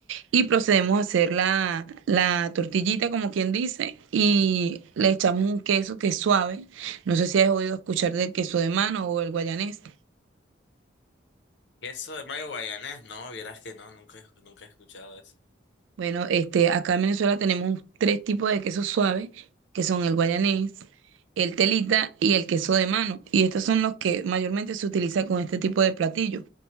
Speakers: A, on the right; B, on the left.
A: y procedemos a hacer la, la tortillita, como quien dice, y le echamos un queso que es suave. No sé si has oído escuchar del queso de mano o el guayanés.
B: Queso de mayo guayanés, no, vieras que no, nunca, he- nunca he escuchado eso.
A: Bueno, este, acá en Venezuela tenemos tres tipos de quesos suaves, que son el guayanés, el telita y el queso de mano. Y estos son los que mayormente se utiliza con este tipo de platillo.